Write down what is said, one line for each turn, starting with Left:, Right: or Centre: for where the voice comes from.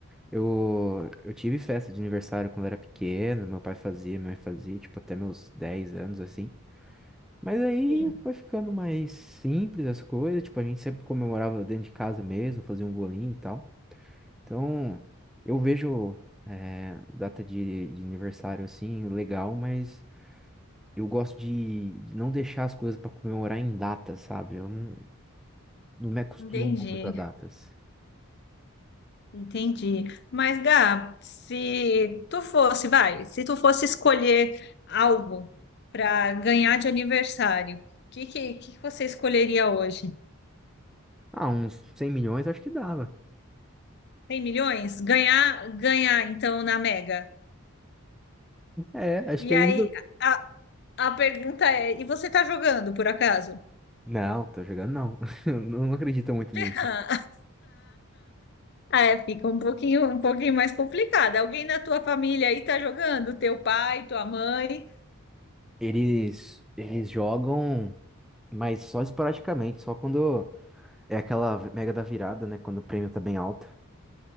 Centre: Eu, eu tive festa de aniversário quando era pequeno, meu pai fazia, minha mãe fazia, tipo, até meus 10 anos, assim. Mas aí
Left: Sim.
Centre: foi ficando mais simples as coisas, tipo, a gente sempre comemorava dentro de casa mesmo, fazia um bolinho e tal. Então, eu vejo, é, data de, de aniversário, assim, legal, mas eu gosto de, de não deixar as coisas pra comemorar em datas, sabe? Eu não, não me acostumo
Left: Entendi,
Centre: muito a datas.
Left: entendi. Mas, Gab, se tu fosse, vai, se tu fosse escolher algo para ganhar de aniversário, o que que, que que você escolheria hoje?
Centre: Ah, uns 100 milhões acho que dava.
Left: 100 milhões? Ganhar, ganhar, então, na Mega.
Centre: É, acho
Left: E
Centre: que aí.
Left: aí, a, a pergunta é, e você tá jogando, por acaso?
Centre: Não, tô jogando não. <laughs> Eu não acredito muito
Left: <laughs>
Centre: nisso.
Left: É, fica um pouquinho, um pouquinho mais complicado. Alguém na tua família aí tá jogando? Teu pai, tua mãe?
Centre: Eles, eles jogam, mas só esporadicamente, só quando é aquela mega da virada, né? Quando o prêmio tá bem alto.